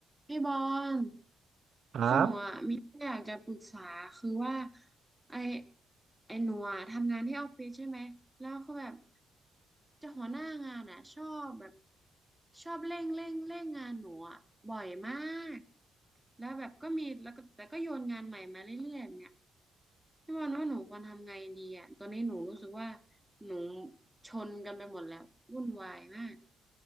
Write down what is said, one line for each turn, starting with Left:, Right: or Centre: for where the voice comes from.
Centre: พี่บอล
Right: ครับ
Centre: คือหนูอ่ะมีเรื่องอยากจะปรึกษาคือว่าไอไอหนูอ่ะทำงานที่ออฟฟิศใช่ไหมแล้วคือแบบเจะหัวหน้างานอ่ะชอบแบบชอบเร่งเร่งเร่งงานหนูอ่ะบ่อยมากแล้วแบบก็มีแล้วก็แต่ก็โยนงานใหม่มาเรื่อยๆแบบเนี่ยพี่บอลว่าหนูควรทำไงดีอ่ะตอนนี้หนูรู้สึกว่าหนูชนกันไปหมดแล้ววุ่นวายมาก